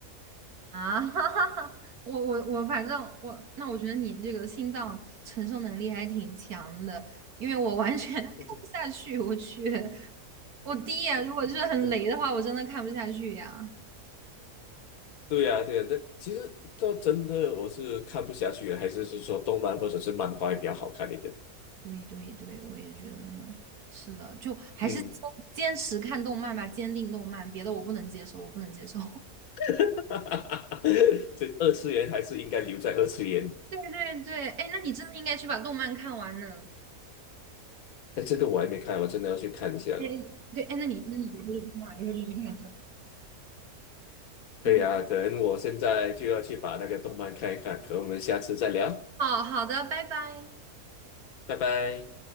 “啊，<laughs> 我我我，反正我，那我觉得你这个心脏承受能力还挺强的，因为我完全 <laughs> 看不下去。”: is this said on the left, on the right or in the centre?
Right